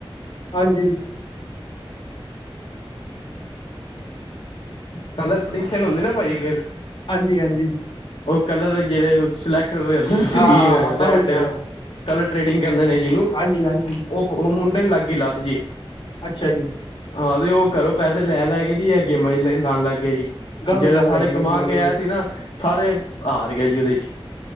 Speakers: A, on the left (about 65°); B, on the left (about 80°).
A: ਹਾਂਜੀ।
B: ਕਲਰ ਪ੍ਰਡੀਕਸ਼ਨ ਹੁੰਦੇ ਨਾ ਭਾਜੀ ਗ
A: ਹਾਂਜੀ-ਹਾਂਜੀ।
B: ਓ ਕਲਰ ਜੇੜੇ ਓ, ਸਿਲੈਕਟ ਹੋਏ ਹੁੰਦੇ ਨ
A: ਹਾਂ
B: ਗ੍ਰੀਨ,
A: ਹਾਂ ਹਾਂ ਸਮਝ
B: ਰੈਡ
A: ਗਿਆ
B: ਕਲਰ ਟ੍ਰੇਡਿੰਗ ਕੈਂਦੇ ਨੇ ਜਿਨੂੰ,
A: ਹਾਂਜੀ ਹਾਂਜੀ
B: ਓ ਓ ਮੁੰਡੇ ਨੂੰ ਲਾੱਗ ਗੀ ਲਾੱਤ ਜੀ।
A: ਅੱਛਾ ਜੀ।
B: ਹਾਂ, ਤੇ ਓ ਘਰੋ ਪੈਸੇ ਲੈ-ਲੈ ਕੇਜੀ ਐ ਗੇਮਾਂ ਚ ਲੀਖਨ ਲਾੱਗ ਗੇਆ ਜੀ।
A: ਗ਼ਲਤ
B: ਜੇੜੇ
A: ਗੱਲ
B: ਸਾਰੇ
A: ਹੈਗੀ
B: ਕਮਾ
A: ਹੈ ਜੀ ਉਹ
B: ਕੇ
A: ਤੇ
B: ਆਏਆ ਸੀ ਨਾ, ਸਾਰੇ ਹਾਰ ਗੇਆ ਜੀ ਓਦੇ ਚ